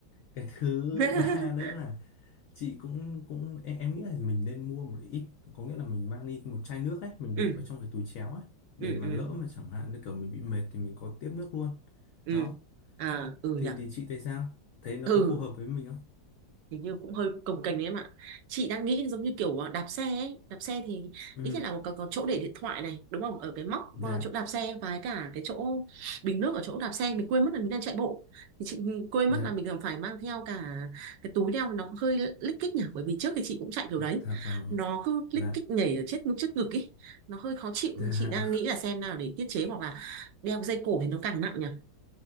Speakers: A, on the left; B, on the right.
A: cái thứ
B: <laughs>
A: <laughs> ba nữa là chị cũng cũng em, em nghĩ là mình nên mua một ít có nghĩa là mình mang đi một chai nước ấy mình
B: ừ
A: để vào trong cái túi chéo ấy để
B: ừ
A: mà
B: ừ
A: lỡ mà chẳng hạn như kiểu mình bị mệt thì mình có tiếp nước luôn
B: ừ
A: đó
B: à ừ
A: thì
B: nhỉ
A: thì chị thấy sao thấy nó
B: ừ
A: có phù hợp với mình không
B: hình như cũng hơi cồng kềnh đấy em ạ chị đang nghĩ giống như kiểu ờ, đạp xe ấy đạp xe thì
A: Ừ,
B: ít nhất là có, có, có chỗ để điện thoại này đúng không ở cái móc
A: dạ,
B: ờ, chỗ đạp xe và cả cái chỗ bình nước ở chỗ đạp xe mình quên mất là mình đang chạy bộ thì chị quên
A: dạ,
B: mất là mình còn phải mang theo cả cái túi đeo nó cũng hơi lích kích nhỉ bởi vì trước thì chị cũng chạy kiểu đấy
A: dạ vâng,
B: nó cứ lích
A: dạ,
B: kích nhảy ở chết trước ngực ấy nó hơi khó chịu
A: dạ,
B: Nhưng chị đang nghĩ là xem nào để tiết chế hoặc là đeo cái dây cổ thì nó càng nặng nhỉ